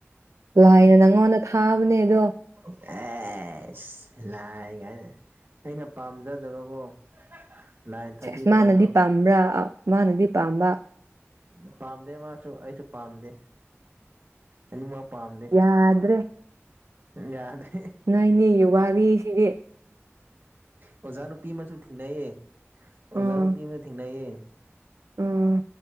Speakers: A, on the right; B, on the right.
A: ꯂꯥꯏꯅ ꯅꯪꯉꯣꯟꯗ ꯊꯥꯕꯅꯦ ꯑꯗꯣ
B: ꯑꯥ ꯑꯦꯁ ꯂꯥꯏ ꯀꯥꯏꯅ ꯑꯩꯅ ꯄꯥꯝꯖꯗꯕꯀꯣ ꯂꯥꯏꯟ ꯊꯥꯕꯤꯔꯛꯑꯁꯨ
A: ꯁꯦꯁ ꯃꯥꯅꯗꯤ ꯄꯥꯝꯕ꯭ꯔꯥ ꯑ ꯃꯥꯅꯗꯤ ꯄꯥꯝꯕ
B: ꯎ ꯄꯥꯝꯗꯦ ꯃꯥꯁꯨ ꯑꯩꯁꯨ ꯄꯥꯝꯗꯦ ꯑꯅꯤꯃꯛ ꯄꯥꯝꯗꯦ
A: ꯌꯥꯗ꯭ꯔꯦ
B: ꯌꯥꯗꯦ
A: ꯅꯅꯦ ꯌꯨ ꯋꯥꯔꯤꯅꯤ ꯁꯤꯗꯤ
B: ꯑꯣꯖꯥ ꯅꯨꯄꯤ ꯑꯃꯁꯨ ꯊꯦꯡꯅꯩꯌꯦ ꯑꯣꯖꯥ
A: ꯎꯝ
B: ꯅꯨꯄꯤ ꯑꯃ ꯊꯦꯡꯅꯩꯌꯦ
A: ꯎꯝ